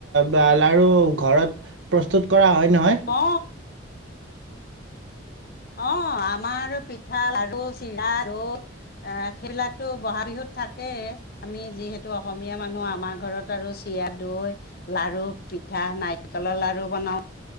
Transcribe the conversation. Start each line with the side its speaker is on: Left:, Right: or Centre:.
Right: বা লাৰু ঘৰত প্ৰস্তুত কৰা হয় নহয়
Left: অ অ আমাৰ আৰু পিঠা লাৰু চিৰা দৈ সেইবিলাকতো বহাগ বিহুত থাকেই আমি যিহেতু অসমীয়া মানুহ আমাৰ ঘৰত আৰু চিৰা দৈ লাৰু পিঠা নাৰিকলৰ লাৰু বনাওঁ